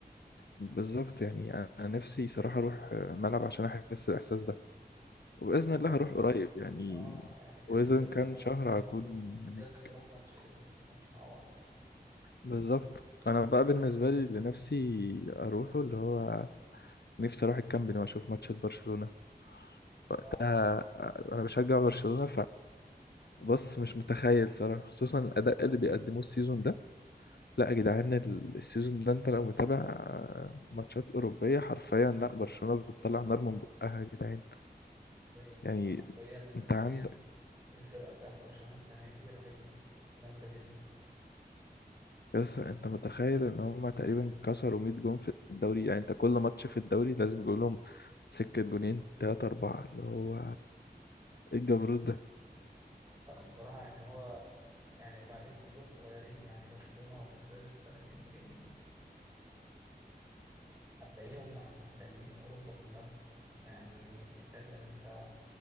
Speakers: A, on the left; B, on the right.
A: بالظبط يعني انا نفسي صراحه اروح آه، ملعب عشان احس الاحساس ده وباذن
B: او
A: الله
B: لا
A: هروح قريب يعني
B: اه يعني بإذن
A: واذا
B: الله كده
A: كان شهر
B: لازم
A: هكون
B: نروح لازم
A: هناك
B: نروح ماتش كده نشوف ماتش مع بعض
A: بالظبط انا بقى بالنسبه لي اللي نفسي اروحه اللي هو نفسي اروح الكامب نو واشوف ماتش برشلونة وقتها
B: اه
A: آه، انا بشجع برشلونة فبص مش متخيل صراحة خصوصا الاداء اللي بيقدموه السيزون ده
B: مم.
A: لا يا جدعان ال- السيزون ده انت لو متابع آه، ماتشات اوروبية حرفيا لا برشلونة بتطلع نار من بقها يا جدعان
B: حرفيا
A: يعني
B: حرفيا ال-
A: انت عندك
B: الفرقة بتاعت برشلونة السنة دي رهيبة جامدة جدا
A: يس انت متخيل ان هم تقريبا كسروا 100 جون في الدوري يعني انت كل ماتش في الدوري لازم يجيب لهم سكة جونين تلاتة أربعة اللي هو إيه الجبروت ده
B: لا بصراحة يعني هو يعني وبعدين كلهم صغيرين يعني برشلونة في خلال السنتين الجايين هتلاقيهم محتلين أوروبا كلها يعني بتتكلم انت